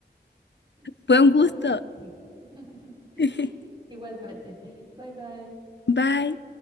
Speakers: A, on the right; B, on the left.
A: sí,
B: Fue un gusto.
A: ah, yo creo que sí. <laughs>
B: <laughs>
A: Igualmente. Bye bye.
B: Bye.